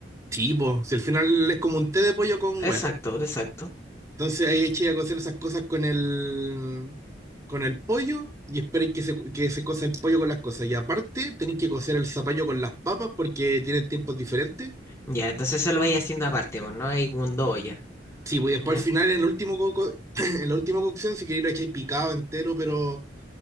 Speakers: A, on the right; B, on the left.
A: Tipo, si al final es como un té de pollo con
B: Exacto,
A: hueá.
B: exacto.
A: Entonces ahí echáis a cocer esas cosas con el, con el pollo y esperéis que se, que se cosa el pollo con las cosas. Y aparte tenéis que cocer el zapallo con las papas porque tienen tiempos diferentes.
B: Ya, entonces eso lo vais haciendo aparte, pues, ¿no? Hay un do ya.
A: Sí, pues después
B: ¿Ya?
A: al final, en el último co- co- <clears throat> en la última cocción, si queréis lo echáis picado entero, pero